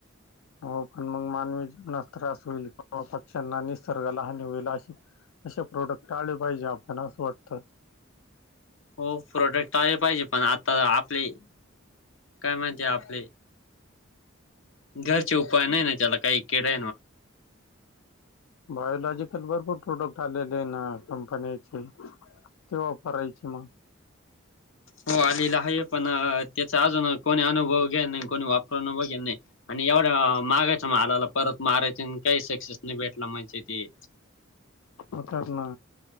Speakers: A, on the left (about 85°); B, on the left (about 65°).
A: ह हो पण मग मानवी जीवनास त्रास होईल किवा पक्ष्यांना निसर्गला हनी होईल अशी असे प्रोडक्ट आले पाहिजे आपल्याला असं वाटतं
B: हो प्रोडक्ट आले पाहिजे पण आता आपले काय माहिती आपले घरचे उपाय नाही ना त्याला काही किडा
A: बायलॉजिकल भरपूर प्रोडक्ट आलेले ना कंपनीचे ते वापरायची मग
B: हो आलेला आहे पण त्याचा अजून कोणी अनुभव घ्यान नाही कोणी वापर बघेन नाही आणि एवढ्या मागायच म आलाला परत मारायच आणि काही सक्सेस नाही भेटला म्हणजे ते
A: उतर ना